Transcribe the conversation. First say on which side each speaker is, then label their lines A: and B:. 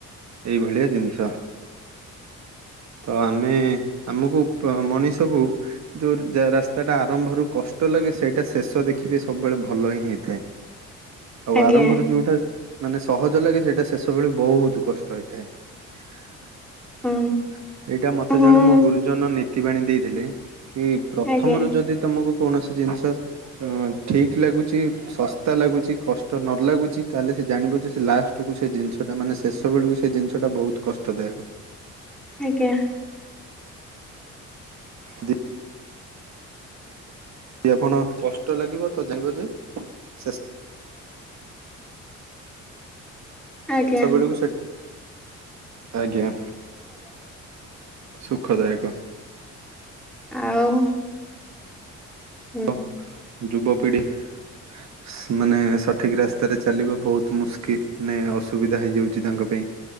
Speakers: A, on the right (about 65°); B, in the centre.
A: ଏଇ ଭଳିଆ ଜିନିଷ। ତ ଆମେ ଆମକୁ ମଣିଷକୁ ଯୋଉ ରାସ୍ତା ଟା ଆରମ୍ଭରୁ କଷ୍ଟ ଲାଗେ ସେଇଟା ଶେଷ ଦେଖିବେ ସବୁବେଳେ ଭଲ ହିଁ ହେଇଥାଏ। ଆଉ
B: ଆଜ୍ଞା
A: ଆରମ୍ଭରୁ ଯୋଉଟା ମାନେ ସହଜ ଲାଗେ ସେଇଟା ଶେଷ ବେଳେ ବହୁତ କଷ୍ଟ ହେଇଥାଏ। <unintelligible>
B: ହଁ।
A: ଏଇଟା ମତେ
B: ହଁ
A: ଜଣେ ମୋ ଗୁରୁଜନ ନୀତି ବାଣୀ ଦେଇଥିଲେ କି ପ୍ରଥମରୁ
B: ଆଜ୍ଞା
A: ଯଦି ତମକୁ କୌଣସି ଜିନିଷ ଠିକ ଲାଗୁଛି <unintelligible> ଶସ୍ତା ଲାଗୁଛି କଷ୍ଟ ନ ଲାଗୁଛି ତାହେଲେ ସେ ଜାଣିବ ଯେ ସେ ଲାଷ୍ଟକୁ ସେ ଜିନିଷଟା ମାନେ ଶେଷ ବେଳକୁ ସେ ଜିନିଷଟା ବହୁତ କଷ୍ଟଦାୟକ।
B: ଆଜ୍ଞା।
A: ଦ <unintelligible> ଶେଷ
B: ଆଜ୍ଞା
A: <unintelligible> ଆଜ୍ଞା ସୁଖଦାୟକ।
B: ଆଉ। ହୁଁ
A: <unintelligible> ମାନେ ସଠିକ ରାସ୍ତାରେ ଚାଲିବା ବହୁତ <unintelligible> ମାନେ ଅସୁବିଧା ହେଇଯାଉଛି ତାଙ୍କ ପାଇଁ।